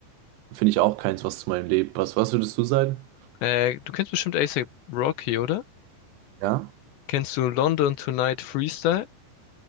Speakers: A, on the right (about 80°); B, on the left (about 80°).
A: Finde ich auch keins, was zu meinem Leben passt. Was würdest du sagen?
B: Äh, du kennst bestimmt A$AP Rocky, oder?
A: Ja?
B: Kennst du London Tonight Freestyle?